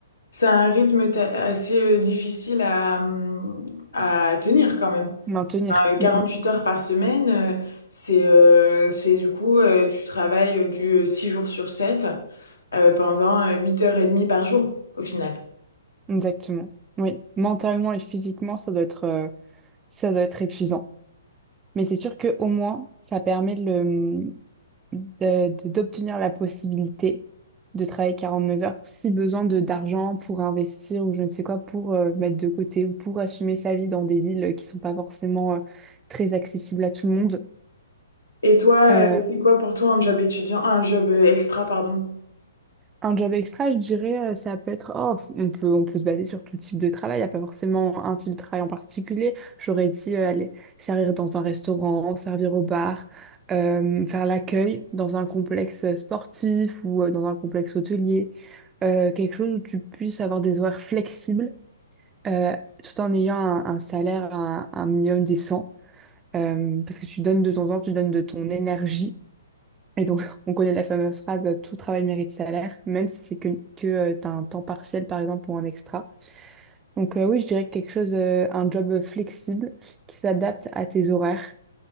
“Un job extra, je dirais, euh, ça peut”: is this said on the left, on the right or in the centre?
Right